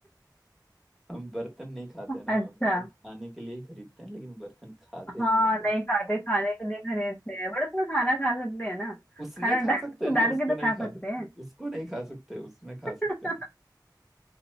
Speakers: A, in the centre; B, on the left.
A: हम बर्तन नहीं खाते ना
B: अच्छा
A: बर्तन खाने के लिए ही खरीदते हैं लेकिन बर्तन खाते
B: हाँ
A: नहीं हैं हम लोग
B: नहीं खाते खाने के लिए खरीदते हैं बट उसमें खाना खा सकते हैं ना
A: उसमें
B: खाना
A: खा
B: डाल
A: सकते हैं ना
B: डाल
A: उसको
B: के तो
A: नहीं
B: खा
A: खा
B: सकते
A: सकते
B: हैं
A: उसको नहीं खा सकते उसमें खा
B: <laughs>
A: सकते हैं